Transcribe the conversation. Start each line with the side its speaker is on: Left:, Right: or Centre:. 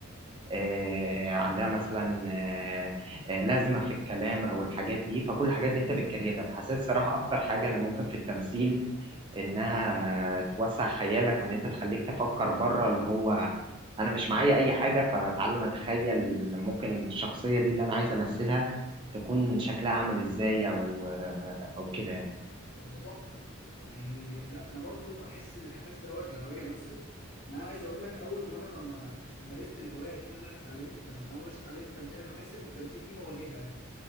Right: آه، عندها مثلا آه، آه، لازمه في الكلام او الحاجات دي فكل الحاجات دي انت بتكريتها فحسيت الصراحه اكتر حاجه اللي ممكن في التمثيل انها توسع خيالك وان انت تخليك تفكر بره اللي هو انا مش معايا اي حاجه فتعالى انا اتخيل ممكن الشخصيه دي اللي انا عايز امثلها تكون شكلها عامل ازاي او او كده يعني
Left: طب ده تحفة يعني لا انا برضو بحس بالاحساس دوت لما باجي امثل يعني انا عايز اقول لك اول مرة لما مارست الهواية دي ان انا اتعلمت التمثيل او مش اتعلمت التمثيل انا بحس ان التمثيل دي موهبة